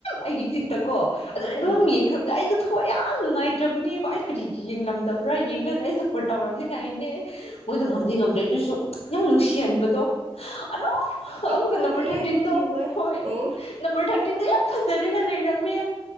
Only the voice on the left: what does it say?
ꯑꯩꯒꯤ ꯐꯤꯠꯇꯀꯣ ꯑꯗꯣ ꯑꯩꯩꯑꯗꯨꯝ
ꯌꯦꯡꯈ꯭ꯔꯕꯅꯦ ꯑꯩꯗꯣ ꯊꯣꯛꯌꯥꯝ ꯅꯨꯡꯉꯥꯏꯇ꯭ꯔꯕꯅꯦꯕ ꯑꯩꯀꯔꯤ ꯌꯦꯡꯂꯝꯗꯕ꯭ꯔꯥ ꯌꯦꯡꯂꯒ ꯑꯩꯁꯞꯄꯣꯔꯠ ꯇꯧꯔꯝꯅꯤꯉꯥꯏꯅꯦ ꯃꯣꯏꯗꯣ
ꯍꯥꯝꯗꯤ ꯉꯝꯗ꯭ꯔꯦ ꯑꯗꯨꯁꯨ ꯌꯥꯝ ꯅꯨꯡꯁꯤꯍꯟꯕꯗꯣ ꯑꯗꯣ
ꯑꯃꯨꯛꯀ ꯅꯝꯕꯔ ꯊꯥꯔꯇꯤꯟꯗꯣ
ꯍꯣꯏ
ꯅꯝꯕꯔ ꯊꯥꯔꯇꯤꯟꯗ ꯌꯥꯝ ꯐꯖꯔꯒ ꯂꯩꯔꯝꯃꯦ